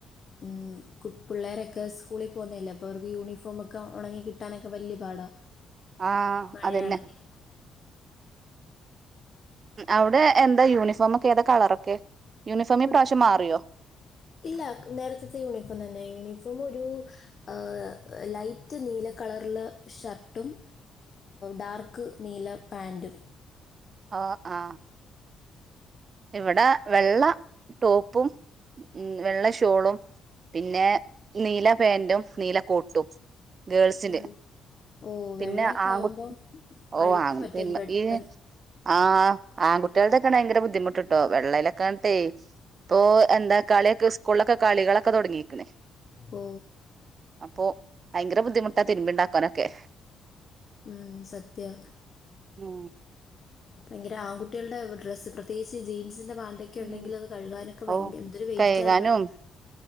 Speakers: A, on the left; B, on the right.
A: ഉം കു പുള്ളാരൊക്ക സ്കൂളി പോകുന്നയല്ലേ അ പ്പോ അവർക്ക് യൂണിഫോമൊക്ക ഒണങ്ങി കിട്ടാനൊക്ക വലിയ പാടാ.
B: ആ
A: മഴയാണെങ്കിൽ
B: അതന്നെ. അവ്ടെ എന്താ യൂണിഫോമക്കെ ഏതാ കളറൊ യൂണിഫോമിപ്രാവശ്യം
A: ഇവിടെ
B: മാറിയോ?
A: ഇല്ല നേരത്തത്തെ യൂണിഫോം തന്നെ, യൂണിഫോം ഒരു ആ ലൈറ്റ് നീല കളറ്ള്ള ഷർട്ടും ഡാർക്ക് നീല പാന്റും.
B: ഓ ആ ഇവട വെള്ള ടോപ്പും മ് വെള്ള ഷോളും പിന്നെ നീല പാന്റും നീല കോട്ടും ഗേൾസില്
A: ഓ ഓ
B: പിന്നെ
A: വെള്ളയൊക്കെ
B: ആങ്കുട്
A: ആവുമ്പോൾ
B: ഓ
A: അഴുക്ക്
B: അങ്
A: പറ്റും
B: പിന്ന്
A: പെട്ടെന്ന്
B: ഈ ആ ആങ്കുട്ടികൾടെയക്ക ണയങ്കര ബു റ്റ്ട്ടോ വെള്ളയിലൊക്കാൾത്തെ ഇപ്പൊ എന്താ കളിയൊക്കെ സ്കൂളിലൊക്കെ കളികളൊക്ക തുടങ്ങിരിക്ക‌ണ്.
A: ഓ
B: അപ്പൊ ഭയങ്കര ബുദ്ധിമുട്ടാ തിരുമ്പിണ്ടാക്കാനൊക്കെ.
A: മ് സത്യാ
B: മ്
A: പൈങ്കര ആങ്കുട്ടികൾടെ ഡ്രസ്സ് പ്രത്യേകിച്ച് ജീൻസ് ന്റ പാൻൊക്കെ
B: ഉം
A: ഉണ്ടെങ്കിൽ അത് കഴുകാനൊക്ക ഭയങ്ക്
B: ഓ
A: എന്തൊരു വെയിറ്റാത്
B: കഴുകാനും
A: വെൾ